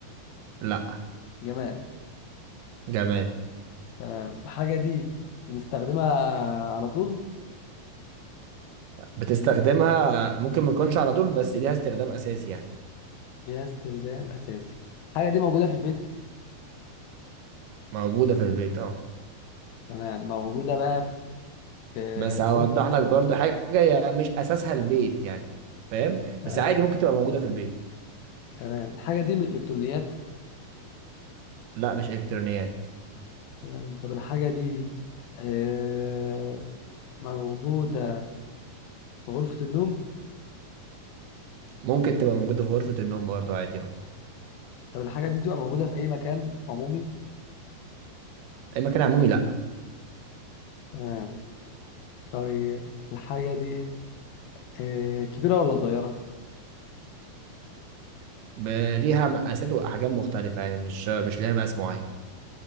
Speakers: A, on the right; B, on the left.
A: لا
B: جماد
A: جماد
B: تمام الحاجة دي بنستخدمها على طول
A: بتستخدمها ممكن ما تكونش على طول بس ليها استخدام اساسي يعني
B: ليها استخدام أساسي الحاجة دي موجودة في البيت
A: موجودة في البيت اه
B: تمام موجودة بقى في في
A: بس هوضح
B: غرفة
A: لك برضو حاجة هي مش أساسها البيت يعني فاهم
B: آه،
A: بس عادي ممكن تبقى موجودة في البيت
B: تمام الحاجة دي من الإلكترونيات
A: لا مش إلكترونيات
B: تمام طب الحاجة دي آه، موجودة في غرفة النوم
A: ممكن تبقى موجودة في غرفة النوم برضو عادي اه
B: طب الحاجة دي بتبقى موجودة في أي مكان عمومي
A: المكان العمومي لا
B: تمام طيب الحاجة دي آه كبيرة ولا صغيرة
A: ب- ليها مقاسات وأحجام مختلفة يعني مش مش ليها مقاس معين